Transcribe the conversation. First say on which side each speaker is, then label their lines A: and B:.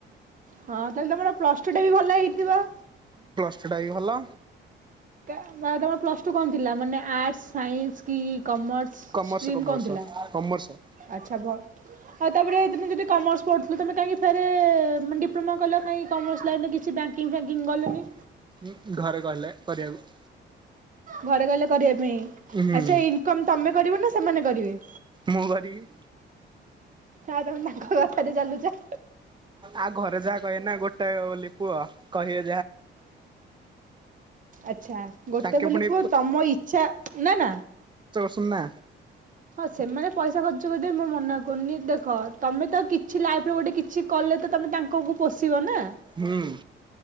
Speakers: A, on the right; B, on the right.
A: ହଁ ତାହଲେ ତମର ପ୍ଲସ ଟୁ ଟା ବି ଭଲ ହେଇଥିବ?
B: ସେଟାବି ଭଲ
A: ର ପ୍ଲସ ଟୁ କଣ ଥିଲା ମାନେ ଆର୍ଟ ସାଇନ୍ସ କି? କମର୍ସ
B: କମର୍ସ
A: ଷ୍ଟ୍ରିମ୍
B: କମର୍ସ
A: କଣ ଥିଲା,
B: କମର୍ସ।
A: ଆଛା ଭ ଆଉ ତାପରେ ତମେ ଯଦି କମର୍ସ ପଢୁଥିଲ, ତମେ କାହିଁକି ପରେ ଡିପ୍ଲୋମା କଲ କାଁଇ କମର୍ସ ଲାଇନ୍ ରେ କିଛି ବ୍ୟାଙ୍କଙ୍ଗ ବ୍ୟାକିିଙ୍ଗ କଲ ନି?
B: ଉଁ ଘରେ କହିଲେ କରିବାକୁ
A: ଘରେ ଗହିଲେ କରିବା ପାଇଁ,
B: ହୁଁ।
A: ଆଛା, ଇନକମ ତମେ କରିବ ନା ସେମାନେ କରିବେ?
B: ମୁଁ କରିବି।
A: ଆଉ ତମେ ତାଙ୍କ କଥାରେ ଚାଲୁଚ।
B: ଆଉ ଘରେ ଯାହା କହିବେନା ଗୋଟେ ବୋଲି ପୁଅ କହିହେ
A: ଆଛା ଗୋଟେ
B: ତାଙ୍କେ
A: ବୋଲି
B: ପୁଣି
A: ପୁଅ, ତମ ଇଛା ନା ନା
B: ସୁନା।
A: ହଁ ସେମାନେ ପଇସା ଖର୍ଚ୍ଚ କରିଦେବେ ମୁଁ ମନା କରୁନି ଦେଖ, ତମେ ତ କିଛି ଲାଇଫରେ ଗୋଟେ କିଛି କଲେ ତ ତମେ ତାଙ୍କ କୁ ପୋଷିବ ନା?
B: ହୁଁ ଉଁ